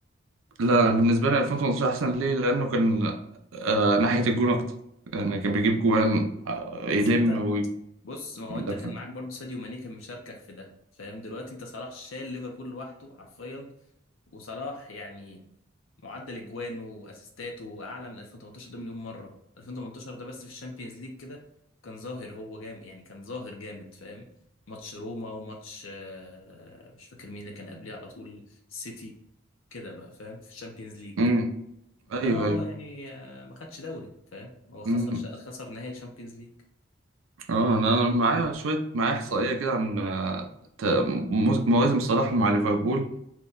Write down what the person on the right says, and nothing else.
لا بالنسبة لي 2018 أحسن ليه لأنه كان آه، ناحية الجون أكتر يعني كان بيجيب جوان آه،
يلم
ده
فهم.
امم ايوه
ايوه
امم
اه انا معايا شويه معايا احصائيه كده عن آه، ت- مو- مواسم صلاح مع ليفربول